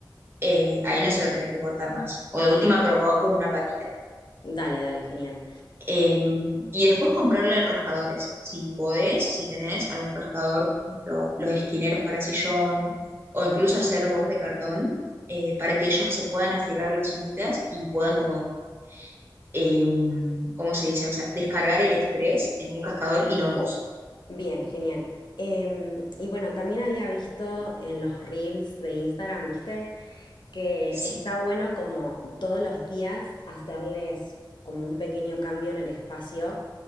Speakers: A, on the right; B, on the left.
A: eh, ahí no se lo tenés que cortar más. O de última, probá con una patita
B: Dale, dale, genial.
A: Eh, y después comprarle rascadores, si podés, si tenés algún rascador, por ejemplo, los esquineros para sillón, o incluso hacer voz de cartón, eh, para que ellos se puedan afilar las uñitas y puedan como, eh, ¿cómo se dice? O sea, descargar el estrés en un rascador y no en vos.
B: Bien, genial. Em, y bueno, también había visto en los reels de Instagram, ¿viste? Que
A: Sí,
B: está bueno como todos los días hacerles como un pequeño cambio en el espacio